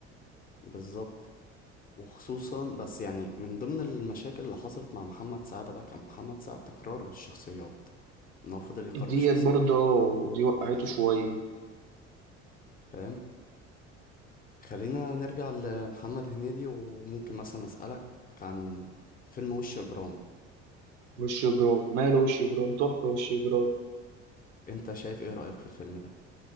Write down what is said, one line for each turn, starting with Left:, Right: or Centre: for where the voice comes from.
Left: بالظبط وخصوصا بس يعني من ضمن المشاكل اللي حصلت مع محمد سعد بقى كان محمد سعد تكرار الشخصيات ان هو فضل يكرر
Right: ديت
Left: شخصيته
Right: برضه دي وقعته
Left: يعني
Right: شويه
Left: فاهم خلينا نرجع لمحمد هنيدي وممكن مثلا اسألك عن فيلم وش اجرام
Right: وش جرام ماله وش جرام تحفه وش جرام
Left: انت شايف ايه رأيك في الفيلم ده